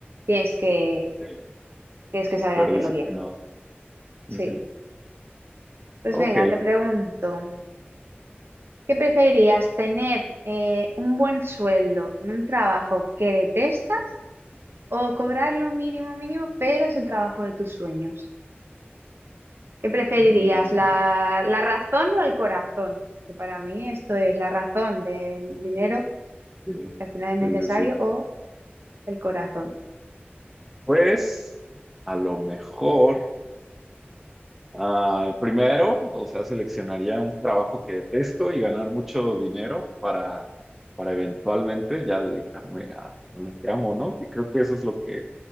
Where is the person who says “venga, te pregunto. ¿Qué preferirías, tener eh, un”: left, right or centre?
Right